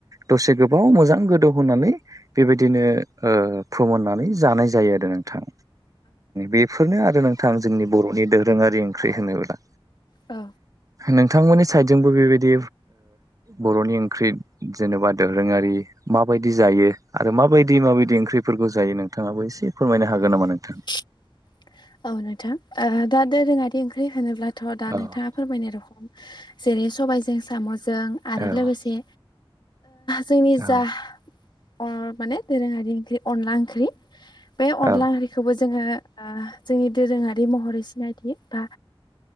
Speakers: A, on the right; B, on the left.
A: दसे गोबाव मोजां गोदौ होनोनानै बेबायदिनो फोमोननानै जानाय जायो। नोंथां बेफोरनो आरो नोंथां जोंनि बर'नि दोरोङारि ओंख्रि होनोब्ला
B: औ
A: नोंथांमोननि साइडजोंबो बेबायदि बर'नि ओंख्रि जेनेबा दोरोङारि माबायदि जायो आरो माबायदि माबायदि ओंख्रिफोरखौ जायो। नोंथाङाबो एसे फोरमायनो हागोन नामा नोंथां?
B: <unintelligible> औ नोंथां दा दोरोङारि ओंख्रि होनोब्लाथ' दा
A: औ
B: नोंथाङा फोरमायनाय रखम जेरै सबाइजों साम' जों आरो
A: औ
B: लोगोसे जोंनि जा
A: औ
B: अ माने दोरोङारि ओख्रि अनला ओंख्रि बे अनला
A: औ
B: ओंख्रिखौबो जोङो जोंनि दोरोङारि महरै सिनायथि बा